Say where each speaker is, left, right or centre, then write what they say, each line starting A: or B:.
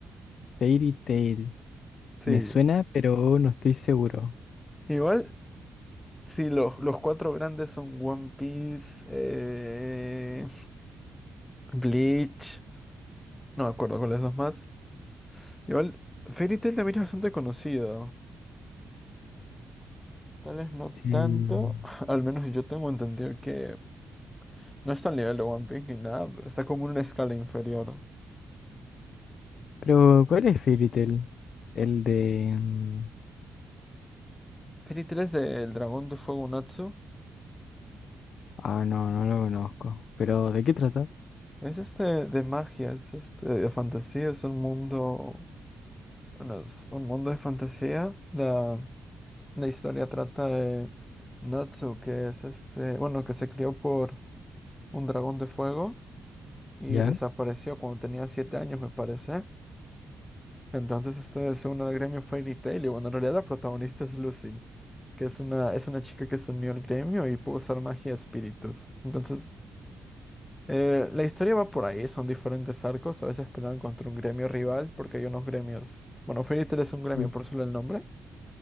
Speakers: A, on the left; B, on the left.
A: Fairy Tail,
B: Sí.
A: me suena, pero no estoy seguro.
B: Igual, si los, los cuatro grandes son One Piece, eh, Bleach, no me acuerdo cuáles dos más. Igual, Fairy Tail también es bastante conocido. Tal vez no
A: Eh,
B: tanto, <laughs> al menos yo tengo entendido que no está al nivel de One Piece ni nada, pero está como en una escala inferior.
A: pero, ¿cuál es Fairy Tail? El de... mm,
B: Fairy Tail es del dragón de fuego Natsu.
A: Ah, no, no lo conozco. Pero, ¿de qué trata?
B: Es este de magia, es este de fantasía, es un mundo, bueno, es un mundo de fantasía. la La historia trata de Natsu, que es este, bueno, que se crió por un dragón de fuego y
A: ¿Ya?
B: desapareció cuando tenía siete años, me parece. Entonces este se une al gremio Fairy Tail y bueno, en realidad la protagonista es Lucy, que es una, es una chica que se unió al gremio y pudo usar magia de espíritus. Entonces, eh, la historia va por ahí, son diferentes arcos, a veces pelean contra un gremio rival, porque hay unos gremios. Bueno, Fairy Tail es un gremio,
A: Uy,
B: por solo el nombre.